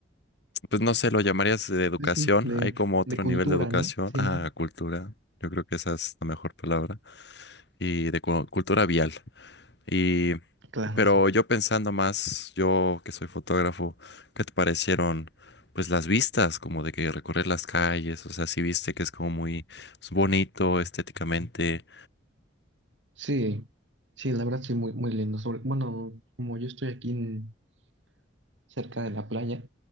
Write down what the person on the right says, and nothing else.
Pues, sí, de,
de cultura,
¿no? Sí,
claro,
sí.
Sí, sí, la verdad sí, muy, muy lindo. Sobre- bueno, como yo estoy aquí en- cerca de la playa,